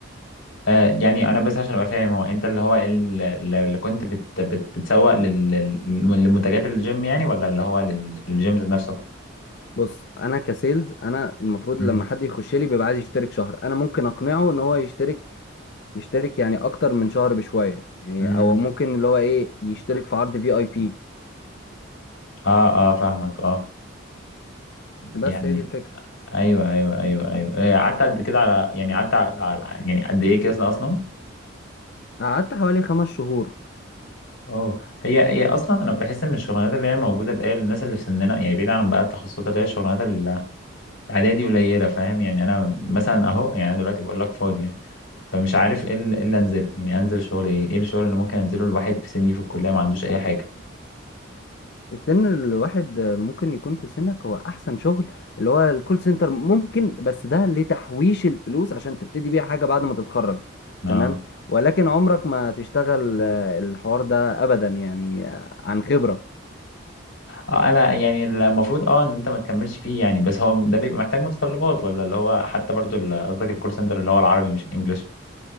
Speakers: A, on the left; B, on the left.
A: آه يعني انا بس عشان ابقى فاهم هو انت اللي هو ال- ال- اللي كنت بت بت بتسوق لل- لل- لمنتجات الجيم يعني ولا اللي هو لل- للجيم ذات نفسه
B: بص انا كسيلز انا المفروض
A: مم.
B: لما حد يخش لي بيبقى عايز يشترك شهر انا ممكن اقنعه ان هو يشترك يشترك يعني اكتر من شهر بشويه يعني
A: مم.
B: او ممكن اللي هو ايه يشترك في عرض في اي بي
A: اه اه فاهمك اه
B: بس
A: يعني
B: هي دي الفكره
A: ايوه ايوه ايوه ايوه آه، قعدت قد كده على يعني قعدت على على- يعني قد ايه كده اصلا
B: قعدت حوالي خمس شهور
A: اه هي هي اصلا انا بحس ان الشغلانات اللي هي موجوده اللي هي الناس اللي في سننا يعني بعيد عن بقى التخصصات اللي هي الشغلانات ال- العاديه دي قليله فاهم يعني انا مثلا اهو يعني انا دلوقتي بقول لك فاضي يعني فمش عارف ايه ال- إيه اللي انزله يعني انزل شغل ايه ايه الشغل اللي ممكن انزله الواحد في سني في الكليه ما عندوش اي حاجه
B: السن الواحد ممكن يكون في سنك هو احسن شغل اللي هو الكول سنتر ممكن بس ده لتحويش الفلوس عشان تبتدي بيها حاجه بعد ما تتخرج
A: اه
B: تمام ولكن عمرك ما تشتغل آه، الحوار ده ابدا يعني آه، عن خبره
A: اه انا يعني المفروض اه ان انت ما تكملش فيه يعني بس هو ده بيبقى محتاج متطلبات ولا اللي هو حتى برضو ال- قصدك الكول سنتر اللي هو العربي مش الانجليش